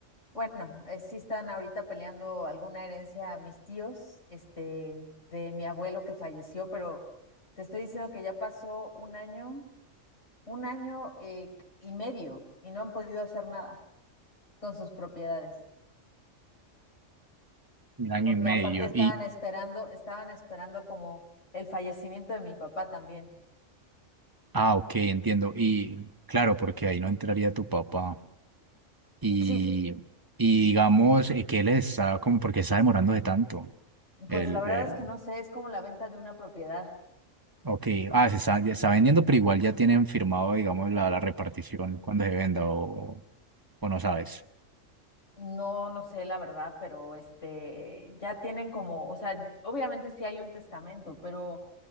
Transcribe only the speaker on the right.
Un año
y medio.
Y,
ah, ok, entiendo. Y claro, porque ahí no entraría tu papá. Y,
y digamos, eh, que él está como porque está demorándose tanto?
El,
el-
Ok, ah, se está, ya está vendiendo, pero igual ya tienen firmado, digamos, la, la repartición cuando se venda o, o no sabes.